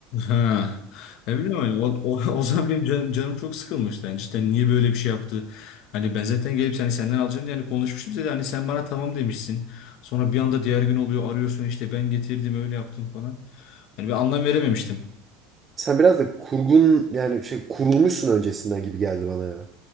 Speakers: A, on the left; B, on the right.
A: Ha. Ne bileyim hani o, o, <laughs> o zaman benim canım, canım çok sıkılmıştı. Yani cidden niye böyle bir şey yaptı? Hani ben zaten gelip seni senden alacağım diye hani konuşmuştum dedi. Hani sen bana tamam demişsin. Sonra bir anda diğer gün oluyor arıyorsun işte ben getirdim öyle yaptım falan. Hani ben anlam verememiştim.
B: Sen biraz da kurgun yani şey kurulmuşsun öncesinden gibi geldi bana ya.